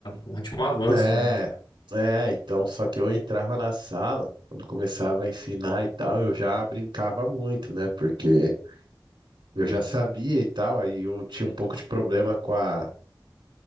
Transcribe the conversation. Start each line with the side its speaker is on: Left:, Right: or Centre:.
Left: um ótimo avanço,
Right: É,
Left: né, cara?
Right: é, então, só que eu entrava na sala, quando começava a ensinar e tal, eu já brincava muito, né? Porque eu já sabia e tal, aí eu tinha um pouco de problema com a,